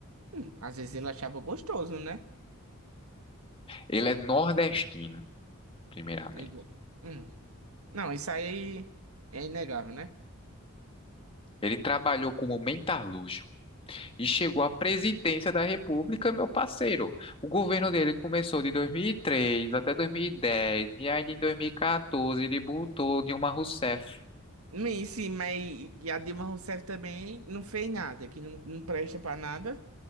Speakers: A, on the right (about 80°); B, on the left (about 25°).
A: Hum, às vezes ele achava gostoso, né?
B: Ele é nordestino, primeiramente.
A: Igual. Hum. Não, isso aí é inegável, né?
B: Ele trabalhou como metalúrgico E chegou à presidência da República, meu parceiro. O governo dele começou de 2003 até 2010, e dez, e ainda em 2014 ele botou Dilma Rousseff.
A: Hum, Sim, mas e a Dilma Rousseff também não fez nada, que não, não presta pra nada.